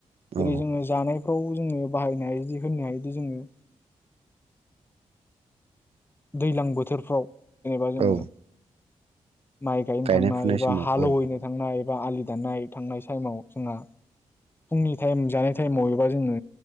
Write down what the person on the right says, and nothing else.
औ
औ
गायनाय
फुनाय
समाव
औ